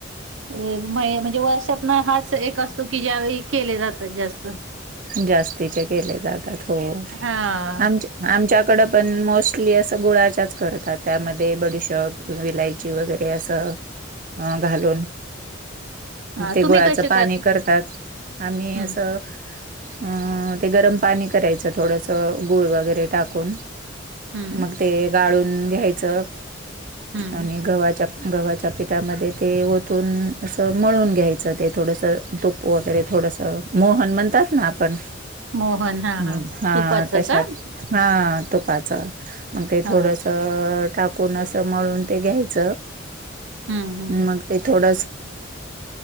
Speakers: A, on the right; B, on the right.
A: म्हणजे वर्षात ना हाच एक असतो की ज्यावेळी केले जातात जास्त
B: जास्तीचे केले जातात हो
A: हा
B: आमच्या आमच्याकड
A: मग
B: पण मोस्टली असं गुळाच्याच करतात त्यामध्ये बडशप विलायची वगैरे असं ह घालून
A: हा
B: ते
A: तुम्ही
B: गुळाचं
A: कसे
B: पाणी करतात आम्ही
A: हम्म
B: असं अ ते गरम पाणी करायचं थोडस गुळ वगैरे टाकून
A: हम्म
B: मग ते गाळून घ्यायचं
A: हम्म
B: आणि गव्हाच्या गव्हाच्या पिठामध्ये ते ओतून असं मळून घ्यायचं ते थोडंसं तुप वगैरे थोडसं मोहन म्हणतात ना आपण
A: मोहन
B: हा
A: तुपाचं
B: तशत
A: का
B: हा तुपाच मग ते
A: हा
B: थोडस टाकून अस मळून ते घ्यायच
A: हम्म हम्म
B: मग ते थोड